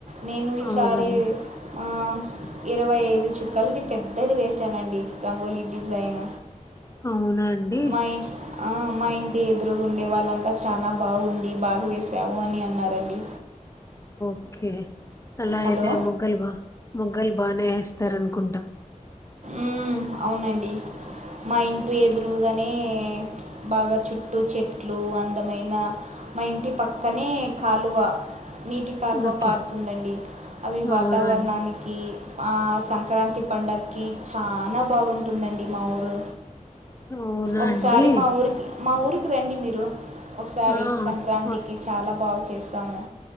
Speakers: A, on the right (about 55°); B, on the left (about 20°).
A: నేను ఈసారి
B: అవునండి
A: మాం ఇరవై ఐదు చుక్కల్ ది పెద్దది వేసానండి రంగోలీ డిజైన్
B: అవునా అండి
A: మా ఇ ఆ మా ఇంటి ఎదురుగుండే వాళ్ళంతా చాన బాగుంది బాగ వేశావు అని అన్నారండి
B: ఓకే అలా
A: హలో
B: ఇయితే ముగ్గయ్ వ ముగ్గుల్ బానే వేస్తారనుకుంటా
A: ఉమ్ అవునండి మా ఇంటి ఎదురుగానే బాగా చుట్టూ చెట్లు అందమైన మా ఇంటి పక్కనే కాలువా నీటి కాలువా
B: ఓకే
A: పారుతుందండి అవి
B: అవునండి
A: వాతావరణానికి మా సంక్రాంతి పండగ కి చనా బాగుంటుందండి మా ఊరు
B: అవునా
A: ఒకసారి
B: అండి
A: మా ఊరికి మా ఊరికి రండి మీరు ఒకసారి
B: ఆ
A: సంక్రాంతికి
B: వస్
A: చాలా బాగు చేస్తాము